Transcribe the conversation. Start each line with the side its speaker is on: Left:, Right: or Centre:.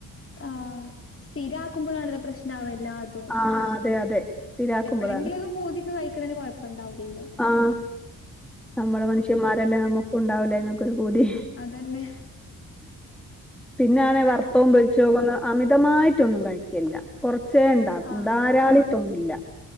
Left: ആഹ് സ്ഥിരാക്കുമ്പഴാണല്ല പ്രശ്നാവ എല്ലാതും
Centre: ആ അതെ അതെ സ്ഥിരാക്കുമ്പോഴാണ്
Left: എപ്പളെങ്കിലും ഒക്കെ പൂതിക്ക് കഴിക്ക്ണേന് കൊഴപ്പ ഉണ്ടാവൂലല്ലോ
Centre: ആഹ് നമ്മള് മനുഷ്യന്മാരല്ലേ നമ്മക്കു ഉണ്ടാവൂലേ അയ്നൊക്കൊരു പൂതി
Left: അതന്നെ
Centre: പിന്ന ഞാനെ വറ്ത്തൊം
Left: അങ്ങനെ
Centre: പൊരിച്ചത് ഒന്നും അമിതമായിട്ടൊന്നും കഴിക്കേല്ല കൊറച്ചേ ഉണ്ടാക്കും.
Left: ആഹ്
Centre: ധാരാളിത്തൊന്നു ഇല്ല